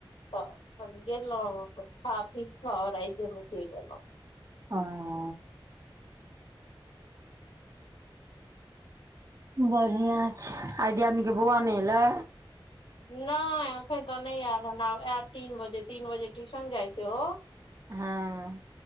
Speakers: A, on the left; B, on the right.
A: त। अपन गेलहुं, अपन खा पी के रातिये मे चलि एलहुं।
B: हं। बढ़ियां छै, आइ दियादनी के बौआ नहि एलै।
A: नहि एखन तऽ नहि आयत हमरा आ आयत तीन बजे, तीन बजे ट्यूशन जाइ छै ओ
B: हँ।